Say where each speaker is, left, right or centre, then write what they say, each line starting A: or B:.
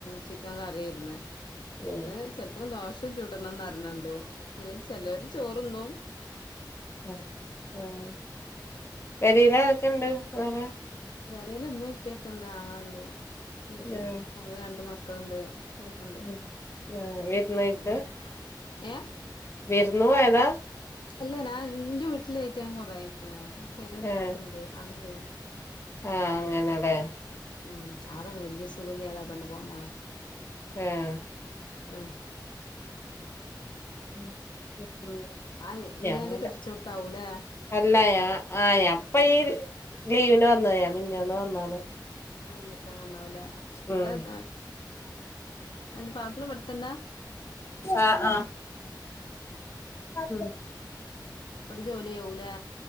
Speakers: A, on the left; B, on the left.
A: ചിക്കം കറിയേരുന്ന്
B: ഉം
A: ഇന്ന് ചെലപ്പം ദോശ ചൂടണംന്നർണ് ണ്ട് <unintelligible> ചെലര് ചോറ്ന്നും
B: ഉം ഊം പേരെലാരൊക്കെണ്ട് വേറെ?
A: വേരെൽ ഇമ്മീം ഇപ്പിയിം ഒക്കെണ്ട് ആങ്ങളണ്ട് പിന്നെ
B: ആഹ്
A: അവരെ രണ്ട് മക്കള്ണ്ട് ഇതൊക്കെണ്ട്
B: ഉം ആഹ് വിരുന്നോയ്ക്ക
A: ഉം ഏഹ്
B: വിര്ന്ന് പോയതാ
A: അല്ല നാൻ ന്റെ വീട്ടിലായിറ്റ് ഞാൻ കൊറേ അയ്ക്ക്ണ് പെര ഇണ്ടാക്ക്
B: ഏഹ്
A: ണ്ട് ആണ്ട് പോവും
B: ആഹ് അങ്ങനെലെ
A: ഉം ആടെ വല്യ സുഖയില്യതാ പെണ്ണ് പോന്നാണ്
B: ഏഹ്
A: ആഹ്
B: ഉം <unintelligible>
A: ആ ഇയ്യ്
B: യ അങ്ങോണ്ട്
A: അന്റെ കെട്ടിച്ചോട്ത്താവൂലേ
B: അല്ല യാ ആഹ് യാ പ്പ ഈ ലീവിന് വന്ന ഞ <unintelligible> മിഞ്ഞാന്ന് വന്നാണ്
A: ആഹ് നിക്കാൻ വന്ന ആല
B: ഉം
A: വിടെ ദാ എന്റെ പാപ്പിള വടത്തന്നാ
B: ആഹ് ആഹ് ഉം
A: വ്ടെ ജോലി ആവുലേ